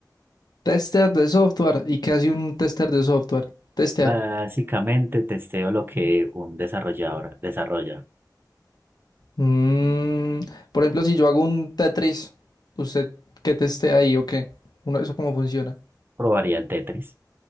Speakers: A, on the left; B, on the right.
A: Tester de software. ¿Y qué hace un tester de software? Testear.
B: Básicamente testeo lo que un desarrollador desarrolla.
A: Mm, por ejemplo, si yo hago un Tetris, ¿usted qué testea ahí o qué? Uno, ¿eso cómo funciona?
B: Probaría el Tetris,